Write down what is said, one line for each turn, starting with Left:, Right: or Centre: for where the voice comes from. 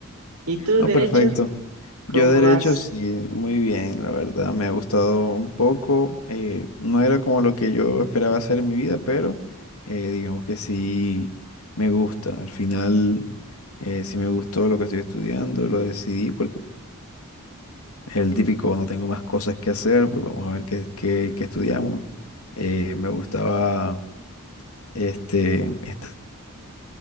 Right: ¿Y tú,
Left: No,
Right: derecho?
Left: perfecto.
Right: ¿Cómo
Left: Yo derecho
Right: vas?
Left: sí, muy bien, la verdad. Me ha gustado un poco. eh, no era como lo que yo esperaba hacer en mi vida, pero eh, digamos que sí me gusta. Al final, eh, sí me gustó lo que estoy estudiando, lo decidí porque el típico no tengo más cosas que hacer, pues vamos a ver qué, qué, qué estudiamos. Eh, me gustaba este, estar